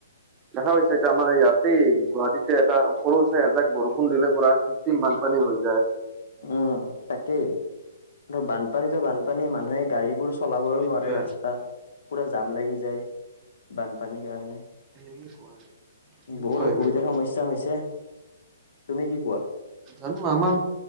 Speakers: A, on the right; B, on the left.
A: দেখা পাইছি এতিয়া আমাৰ ইয়াতেই গুৱাহাটীতে এটা সৰু ছাই এজাক বৰষুণ বৰষুণ দিলে পোৰা কৃত্ৰিম বানপানী হৈ যায়।
B: উম তাকেই আৰু বানপানীতো বানপানী মানুহে গাড়ীবোৰ চলাবও
A: সেইটোৱে
B: নোৱাৰে ৰাস্তাত পুৰা জাম লাগি যায় বানপানীৰ কাৰণে
A: সেনেকুৱাই সেনেকুৱাই
B: বহুত অসুবিধাৰ
A: কথা।
B: সমস্যা হৈছে, তুমি কি কোৱা?
A: জানো আমাৰ